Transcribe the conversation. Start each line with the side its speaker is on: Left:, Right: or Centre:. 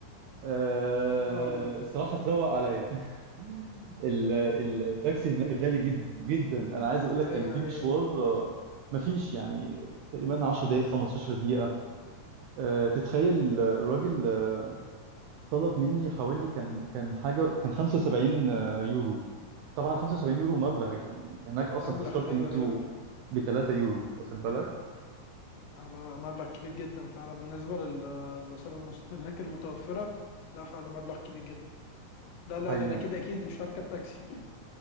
Right: آه،
Left: اه ال-
Right: الصراحة تروق عليا <laughs> ال- التاكسي هناك غالي جدا جدا انا عايز اقول لك
Left: ايوه
Right: كان في مشوار
Left: ايوه
Right: آه، مفيش يعني تقريبا 10 دقائق 15 دقيقة آه، تتخيل ال- الراجل آه، طلب مني حوالي كان كان حاجة كان 75 يورو طبعا 75 يورو مبلغ يعني هناك اصلا
Left: مبلغ
Right: تذكرة
Left: ايوه
Right: المترو
Left: ايوه ايوه
Right: ب 3 يورو واخد بالك
Left: على مبلغ كبير جدا فعلا بالنسبه لل- لوسائل المواصلات اللي هناك المتوفره لا فعلا مبلغ كبير جدا لا لا
Right: حقيقي
Left: ده انا كده اكيد مش هركب تاكسي <laughs>